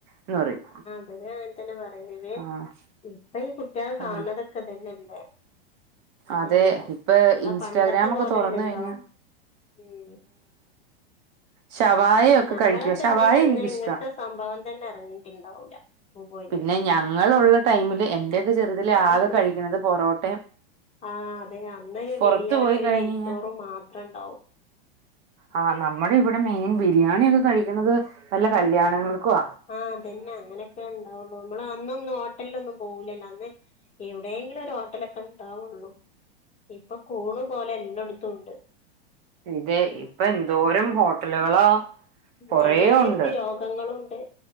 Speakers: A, on the right; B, on the left.
A: എന്ന് പറയും
B: അവര് അങ്ങനെ തന്നെ പറയ്ണെ
A: ആഹ്
B: ഇപ്പ ഈ കുട്ടിയാള്
A: ആഹ്
B: കാണതൊക്കെ ഇതന്നെയല്ലേ പിന്ന
A: അതെ
B: അങ്ങനെ
A: ഇപ്പൊ
B: നമ്മള
A: ഇൻസ്റ്റാഗ്രാം
B: പണ്ടത്തെ
A: ഒക്കെ
B: പോലെല്ലല്ലോ
A: തുറന്ന് കഴിഞ്ഞാ
B: ഉം
A: ഷവായ ഒക്കെ
B: നമ്മളൊക്കെ
A: കഴിക്കും ഷവായ
B: ഇണ്ടീന അന്ന്
A: എനിക്കിഷ്ടാ
B: ഇങ്ങനത്തെ സംഭവം തന്നെ ഇറങ്ങിയിട്ടുണ്ടാവൂല സ്കൂൾ പോയിനന്ന്
A: പിന്നെ ഞങ്ങളുള്ള ടൈമില് എന്റെയൊക്കെ ചെറുതിൽ ആകെ
B: അന്ന്
A: കഴിക്കുന്നത് പൊറോട്ട
B: ആഹ് അതെ അന്നൊരു
A: പൊറത്ത്
B: ബിരിയാണി
A: പോയി
B: ഒരു
A: കഴിഞ്ഞ്
B: നെയച്ചോറും
A: കഴിഞ്ഞാ
B: മാത്രം ഉണ്ടാവും
A: ആഹ് നമ്മുടെ ഇവിടെ മെയിൻ ബിരിയാണി ഒക്കെ കഴിക്കുന്നത് വല്ല കല്യാണങ്ങൾക്കൊ
B: ആഹ് അതെന്നെ അങ്ങനൊക്കെ ഉണ്ടാവുള്ളു നമ്മള് അന്നൊന്നും ഓ ഹോട്ടൽ ലൊന്നും പോവൂല്ലല്ലോ അന്ന് എവിടെയെങ്കിലും ഒരു ഹോട്ടലൊക്കെ ഉണ്ടാവുള്ളൂ ഇപ്പൊ കൂണ് പോലെ എല്ലട്ത്തും ഉണ്ട്
A: ഇതെ ഇപ്പൊ എന്തോരം ഹോട്ടലുകളാ
B: ഉം
A: കൊറേ
B: അതിനനുസരിച്ച്
A: ഉണ്ട്
B: രോഗങ്ങളും ഉണ്ട്